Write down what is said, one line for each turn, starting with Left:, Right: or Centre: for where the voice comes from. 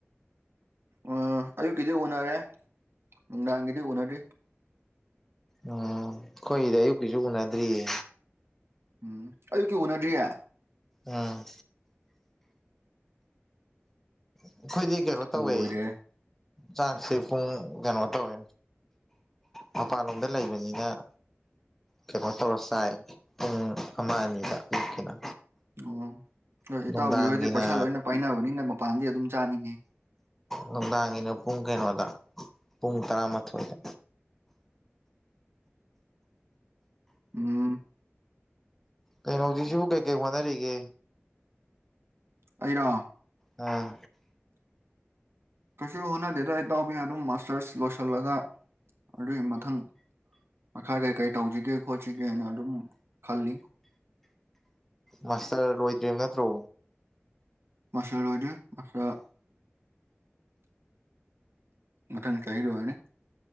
Right: ꯑꯥ ꯑꯌꯨꯛꯀꯤꯗꯤ ꯎꯅꯔꯦ ꯅꯨꯡꯗꯥꯡꯒꯤꯗꯤ ꯎꯅꯗ꯭ꯔꯤ
Centre: ꯑꯣ ꯑꯩꯈꯣꯏꯒꯤꯗꯤ ꯑꯌꯨꯛꯀꯤꯁꯨ ꯎꯅꯗ꯭ꯔꯤꯌꯦ
Right: ꯎꯝ ꯑꯌꯨꯛꯀꯤ ꯎꯅꯗ꯭ꯔꯤꯌꯦ
Centre: ꯑꯥ ꯑꯩꯈꯣꯏꯗꯤ ꯀꯩꯅꯣ ꯇꯧꯋꯦ
Right: ꯂꯣꯏꯔꯦ
Centre: ꯆꯥꯛꯁꯦ ꯄꯨꯡ ꯀꯩꯅꯣ ꯇꯧꯋꯦ ꯃꯄꯥꯟꯂꯝꯗ ꯂꯩꯕꯅꯤꯅ ꯀꯩꯅꯣ ꯇꯧꯔ ꯆꯥꯏ ꯄꯨꯡ ꯑꯃ ꯑꯅꯤꯗ ꯑꯌꯨꯛꯀꯤꯅ
Right: ꯑꯣ ꯍꯣꯏ
Centre: ꯅꯨꯡꯗꯥꯡꯒꯤꯅ
Right: ꯏꯇꯥꯎꯕꯤꯍꯣꯏꯗꯤ ꯄꯩꯁꯥ ꯂꯣꯏꯅ ꯄꯥꯏꯅꯕꯅꯤꯅ ꯃꯄꯥꯟꯗꯤ ꯑꯗꯨꯝ ꯆꯥꯅꯤꯅꯦ
Centre: ꯅꯨꯡꯗꯥꯡꯒꯤꯅꯥ ꯄꯨꯡ ꯀꯩꯅꯣꯗ ꯄꯨꯡ ꯇꯔꯥꯃꯥꯊꯣꯏꯗ
Right: ꯎꯨꯝ
Centre: ꯀꯩꯅꯣ ꯍꯧꯖꯤꯛꯁꯤꯕꯨ ꯀꯩꯀꯩ ꯍꯣꯠꯅꯔꯤꯒꯦ
Right: ꯑꯩꯔꯣ
Centre: ꯑꯥ
Right: ꯀꯩꯁꯨ ꯍꯣꯠꯅꯗꯦ ꯏꯇꯥꯎꯕꯤ ꯑꯗꯨꯝ ꯃꯥꯁꯇꯔꯁ ꯂꯣꯏꯁꯤꯜꯂꯒ ꯑꯗꯨꯒꯤ ꯃꯊꯪ ꯃꯈꯥ ꯀꯔꯤ ꯀꯔꯤ ꯇꯧꯁꯤꯒꯦ ꯈꯣꯠꯁꯤꯒꯦꯅ ꯑꯗꯨꯝ ꯈꯜꯂꯤ
Centre: ꯃꯥꯁꯇꯔ ꯂꯣꯏꯗ꯭ꯔꯤꯝ ꯅꯠꯇ꯭ꯔꯣ
Right: ꯃꯥꯁꯇꯔ ꯂꯣꯏꯗ꯭ꯔꯤ ꯃꯥꯁꯇꯔ ꯃꯊꯪ ꯆꯥꯍꯤ ꯂꯣꯏꯔꯅꯤ